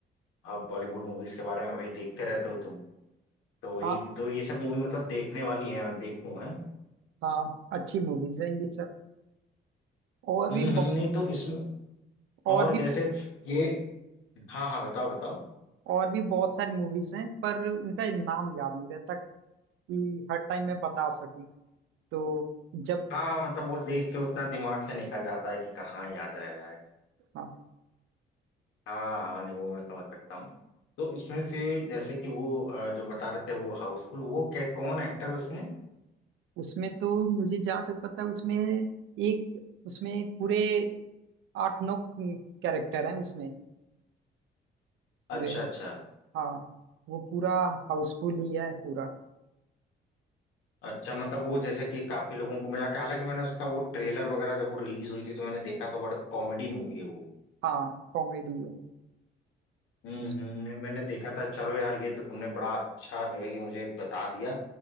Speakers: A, on the left; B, on the right.
A: अब बॉलीवुड मूवीज के बारे में भाई देखते रहते हो तुम तो वही
B: हाँ
A: तो ये सब मूवी मतलब देखने वाली है मैं देखूं है
B: हाँ अच्छी मूवीज हैं ये सब और
A: हम्म
B: भी बहु-
A: हम्म नहीं तो इसमें
B: और
A: और
B: भी
A: जैसे ये हाँ हाँ बताओ बताओ
B: और भी बहुत सारी मूवीज हैं पर उनका नाम याद नहीं रहता कि हर टाइम मैं बता सकूं तो जब
A: हाँ मतलब वो देख के उतना दिमाग से निकल जाता है कि कहाँ याद रह रहा है
B: हाँ
A: हाँ हाँ नहीं वो मैं समझ सकता हूँ तो इसमें से जैसे कि वो अ, जो बता रहे थे वो हाउसफुल वो क्या कौन एक्टर है उसमें
B: उसमें तो मुझे जहाँ तक पता है उसमें एक उसमें पूरे आठ नौ कैरेक्टर हैं उसमें पूरे
A: अच्छा अच्छा
B: हाँ वो पूरा हाउसफुल ही है पूरा
A: अच्छा मतलब वो जैसे कि काफी लोगों को मिला के हालांकि मैंने उसका वो ट्रेलर वगैरह जब वो रिलीज हुई थी तो मैंने देखा तो बड़ा कॉमेडी मूवी है वो
B: हाँ कॉमेडी है
A: हम्म
B: उस-
A: हम्म, नहीं, मैंने देखा था चलो यार ये तो तुमने बड़ा अच्छा जो है कि मुझे बता दिया